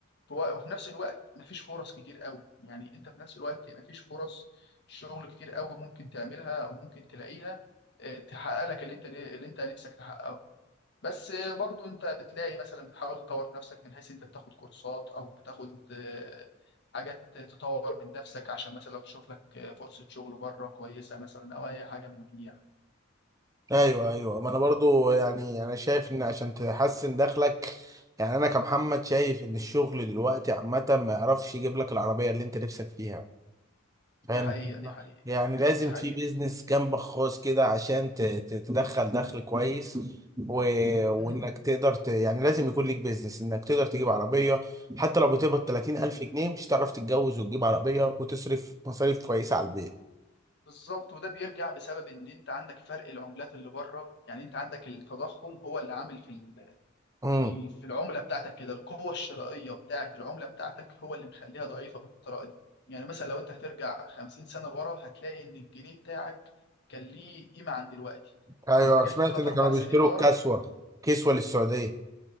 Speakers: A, on the left; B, on the right.
A: في وق- وفي نفس الوقت مفيش فرص كتير قوي يعني انت في نفس الوقت مفيش فرص شغل كتير قوي ممكن تعملها او ممكن تلاقيها آه، تحقق لك اللي انت اللي انت نفسك تحققه بس برضو انت بتلاقي مثلا بتحاول تطور نفسك من حيث انت بتاخد كورسات او بتاخد آه، حاجات تطور من نفسك عشان مثلا لو تشوف لك آه، فرصة شغل بره كويسة مثلا او اي حاجة من دي يعني
B: ايوه ايوه ما انا برضو يعني انا شايف ان عشان تحسن دخلك يعني انا كمحمد شايف
A: مم.
B: ان الشغل دلوقتي عامه ما يعرفش يجيب لك العربيه اللي انت نفسك فيها
A: دي
B: فاهم
A: حقيقة
B: الفكرة؟
A: دي حقيقة
B: يعني لازم
A: دي حقيقة
B: في بيزنس جنبك خاص كده عشان ت- ت- تدخل دخل كويس و... وانك
A: مم.
B: تقدر ت... يعني لازم يكون ليك بيزنس انك تقدر تجيب عربيه حتى لو بتقبض 30000
A: مم.
B: جنيه مش هتعرف تتجوز وتجيب عربيه وتصرف مصاريف كويسه على البيت
A: بالظبط وده بيرجع بسبب ان انت عندك فرق العملات اللي بره يعني انت عندك التضخم هو اللي عامل في
B: امم
A: في في العملة بتاعتك كده القوة الشرائية بتاعت العملة بتاعتك هو اللي مخليها ضعيفة بالطريقة دي يعني مثلا لو انت هترجع 50 سنة لورا هتلاقي ان الجنيه بتاعك كان ليه قيمة عن دلوقتي
B: ايوه
A: لو رجعت
B: سمعت
A: 3
B: ان
A: 4
B: كانوا بيشتروا
A: سنين لورا
B: الكسوه كسوه للسعوديه